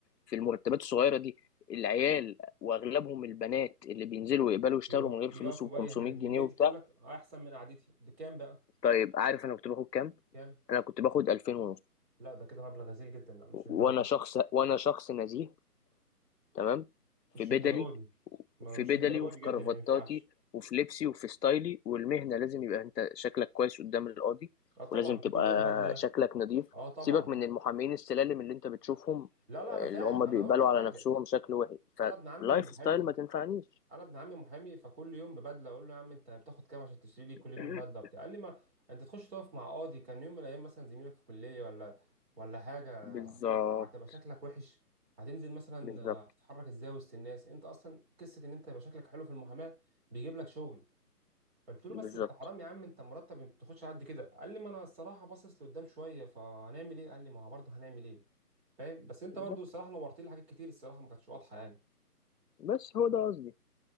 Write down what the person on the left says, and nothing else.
في المرتبات الصغيره دي العيال واغلبهم البنات اللي بينزلوا يقبلوا
يشتغلوا من غير
فلوس وب
500
جنيه
وبتاع
طيب عارف انا كنت باخد كام
انا كنت باخد 2000 ونص
وانا
شخص
وانا شخص نزيه تمام
في بدلي
في
بدلي
وفي
كرافتاتي
وفي لبسي وفي ستايلي والمهنة لازم يبقى انت شكلك كويس قدام القاضي
ولازم
تبقى
شكلك نظيف
سيبك من المحامين السلالم اللي انت بتشوفهم
آه،
اللي هم
بيقبلوا
على نفسهم شكل وحش
فلايف
ستايل ما تنفعنيش
<coughs>
بالظبط
بالظبط
بالظبط
بالظبط
بس هو ده قصدي